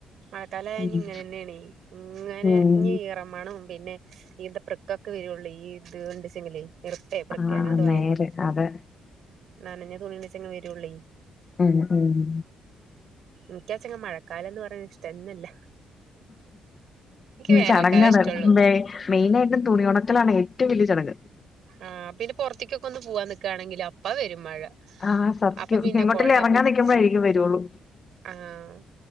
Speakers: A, on the right; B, on the left.
A: മഴക്കാല
B: ഉം
A: ഇങ്ങനെന്നെണൈ ഇങ്ങനെ
B: ഉം
A: ഇ ഇറമാണം പിന്നെ ന്നെ ഈത്ത പ്രക്കൊക്കെ വരുള്ളൂ ഈ ഇത്ണ്ട്ച്ചെങ്കി ഇറിക്കെ പൃക്കെ
B: ആഹ്
A: അങ്ങനെ എന്തോ പറയല്ലോ
B: നേരെ അതെ
A: നനഞ്ഞ തുണിയുടെ വരുള്ളി
B: ആഹ് ഉം
A: മിക്കച്ചങ്ങ മഴക്കാലം എന്ന് പറയനനത് ഇഷ്ടമില്ല വേനൽക്കാലം
B: ചടങ്ങാണ്
A: ഇഷ്ടള്ളൂ
B: മെയിനായിട്ടും തുണി ഉണക്കലാണ് ഏറ്റവും വലിയ ചടങ്ങ്
A: ആഹ് പിന്നെ പുറത്തിക്കൊക്കെ ഒന്ന് പോവാൻ നിക്കാണെങ്കിൽ അപ്പാ വരും മഴ
B: ആഹ് സത്യം
A: അപ്പൊ പിന്നെ
B: എങ്ങോട്ടേലും
A: കൊട
B: എറങ്ങാൻ
A: പിടിച്ച്
B: നിക്കുമ്പോഴായിരിക്കും വരുള്ളൂ
A: ആഹ്